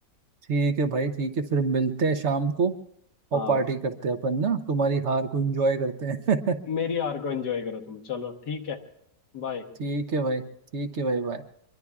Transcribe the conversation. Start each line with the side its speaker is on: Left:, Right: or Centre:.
Right: ठीक है भाई ठीक है फिर मिलते हैं शाम को और
Left: हाँ
Right: पार्टी करते हैं अपन ना तुम्हारी हार को एंजॉय करते हैं
Left: मेरी हार को एंजॉय करो तुम चलो ठीक है
Right: <laughs>
Left: बाय
Right: ठीक है भाई ठीक है भाई बाय